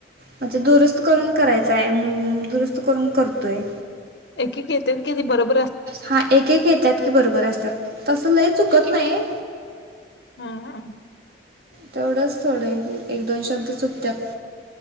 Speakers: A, on the right; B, on the left.
A: म्हणजे दुरुस्त करून करायचाय मग दुरुस्त करून करतोय.
B: एक एक येत्यात की ती बरोबर
A: हा एक एक येतात कि बरोबर असतात तस लय चुकत नाही.
B: हम ह
A: तेवढंच थोडं एक, दोन शब्द चुकत्यात.